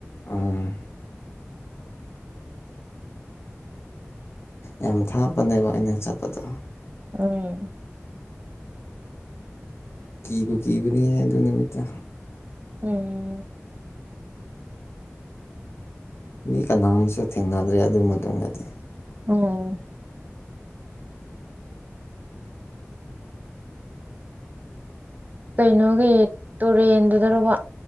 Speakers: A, on the left (about 60°); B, on the right (about 35°).
A: ꯑꯝ ꯌꯥꯝ ꯊꯥꯞꯄꯅꯦꯕ ꯑꯩꯅ ꯆꯠꯄꯗꯣ
B: ꯎꯝ
A: ꯀꯤꯕꯨ ꯀꯤꯕꯅꯤꯌꯦ ꯑꯗꯨ ꯅꯨꯃꯤꯠꯇꯨ
B: ꯎꯝ
A: ꯃꯤ ꯀꯅꯥꯝꯁꯨ ꯊꯦꯡꯅꯗ꯭ꯔꯦ ꯑꯗꯨ ꯃꯇꯨꯃꯗꯗꯤ
B: ꯎꯟ ꯀꯩꯅꯣꯒꯤ ꯇꯨꯔꯦꯟꯗꯨꯗꯔꯕ